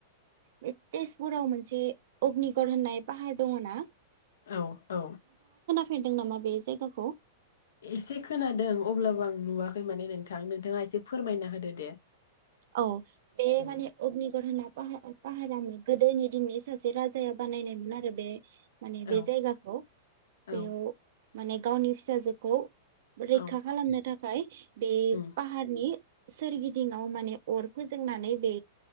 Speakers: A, on the right; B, on the left.
A: तेजपुराव मोनसे अग्निगर होननाय पाहार दङना।
B: औ औ।
A: फेरदों नामा बे जायगाखौ।
B: एसे खोनादों अब्लाबो आं नुवाखै माने नोंथां नोंथाङा एसे फोरमायना होदो दे।
A: औ बे
B: उम
A: माने अग्निगर होना पाहारामोन गोदोनि दिननि सासे राजाया बानायनायमोन आरो बे माने बे
B: औ
A: जायगाखौ
B: औ
A: बेयाव माने गावनि फिसाजोखौ रैखा
B: औ
A: खालामनो था फाय बे
B: उम
A: पाहारनि सोरगिदिंआव माने अर फोजोंनानै बे